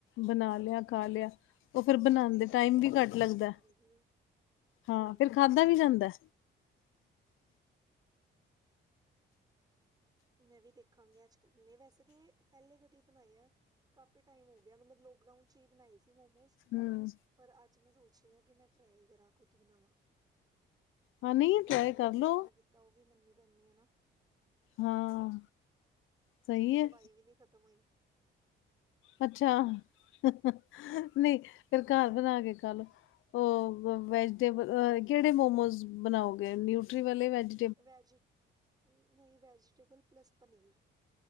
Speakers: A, on the left; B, on the right.
A: ਬਣਾ ਲਿਆ। ਖਾ ਲਿਆ ਉਹ ਫਿਰ ਬਣਾਉਂਦੇ
B: ਪੋਸੀਬਿਲਿਟੀ
A: ਟਾਈਮ ਵੀ ਘੱਟ ਲੱਗਦਾ
B: ਅਗਰ ਕਰ
A: ਐ।
B: ਹੈਗੀ ਹੈ
A: ਹਾਂ
B: ਸਹੀ
A: ਫਿਰ
B: ਗੱਲ
A: ਖਾਧਾ
B: ਹੈ ਸਹੀ
A: ਵੀ
B: ਗੱਲ
A: ਜਾਂਦਾ
B: ਹੈ
A: ਐ।
B: ਮੈਂ ਵੀ ਦੇਖਾਂਗੀ ਅੱਜ ਕਰਨੇ ਵੈਸੇ ਤਾਂ ਇਹ ਪਹਿਲੇ ਕਦੇ ਬਣਾਇਆ ਕਾਫੀ ਟਾਈਮ ਹੋ ਗਿਆ ਮਤਲਬ ਲੋਕ ਲੋਕਡਾਊਨ ਚ ਹੀ ਬਣਾਈ ਸੀ ਮੋਮੋਸ।
A: ਮੈਂ ਹੂੰ
B: ਪਰ ਅੱਜ ਮੈਂ ਸੋਚ ਰਹੀ ਹਾਂ ਕਿ ਮੈਂ ਟ੍ਰਾਈ ਕਰਾਂ ਖੁਦ ਬਣਾਵਾਂ।
A: ਹਾਂ ਨਹੀਂ
B: ਡਾਕਟਰ
A: ਟਰਾਈ ਕਰ
B: ਨੇ ਹੁਣ
A: ਲੋ
B: ਮਨਾ ਕੀਤਾ ਉਹ ਵੀ ਮੰਨਣੀ ਪੈਂਦੀ ਹੈ ਨਾ।
A: ਹਾਂ ਸਹੀ
B: ਹਜੇ ਤੇ ਦਵਾਈ
A: ਹੈ।
B: ਵੀ ਨਹੀਂ ਖ਼ਤਮ ਹੋਈ
A: ਅੱਛਾ ਨਹੀਂ ਫਿਰ ਘਰ ਬਣਾ ਕੇ ਖਾ ਲਓ। ਉਹ ਵੈਜਟੇਬਲ ਕਿਹੜੇ ਮੋਮੋਜ਼ ਬਣਾਓਗੇ ਨਿਊਟਰੀ ਵਾਲੇ ਵੈਜ
B: ਵੈਜੀ ਨਹੀਂ ਵੈਜੀਟੇਬਲ ਪਲੱਸ ਪਨੀਰ।